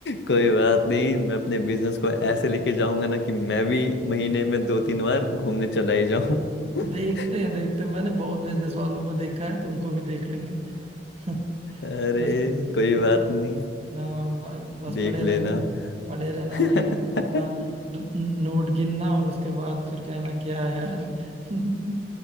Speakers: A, on the left; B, on the right.
A: कोई बात नहीं मैं अपने बिजनेस को ऐसे लेके जाऊंगा ना कि मैं भी महीने में दो तीन बार घूमने चला ही जाऊं <laughs>
B: देखते हैं देखते हैं मैंने बहुत बिजनेस वालों को देखा है तुमको भी देख लेंगे <laughs>
A: अरे
B: बस
A: कोई
B: हाँ।
A: बात नहीं
B: हाँ ब- बस
A: देख
B: पड़े
A: लेना
B: रहना पड़े रहना
A: <laughs>
B: वहीं अपना द- नोट गिनना और उसके बाद फिर कहना क्या है यार <laughs>